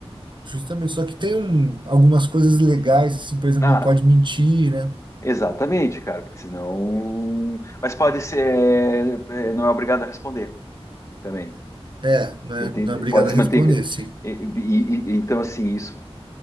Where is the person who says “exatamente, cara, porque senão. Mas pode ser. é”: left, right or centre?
Left